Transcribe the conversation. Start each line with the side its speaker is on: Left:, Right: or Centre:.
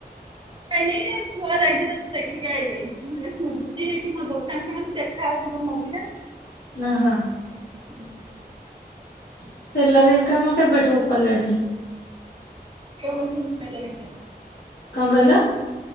Right: କାଇଁ ନାଇ ଏ ଛୁଆ ଯାଇଥିଲେ ଦେଖିକି ଆଇଲେ ଶୁଭୁଛି ଏଇଠି ମୋ ଦୋକାନ ପାଖରୁ ଦେଖା ହେଉଛି ନଦି ଟା।
Left: ଓହୋ।
Right: ହୁଁ।
Left: <inaudible>
Right: କେବ ଲାଗ <unintelligible>
Left: କଣ କହିଲ?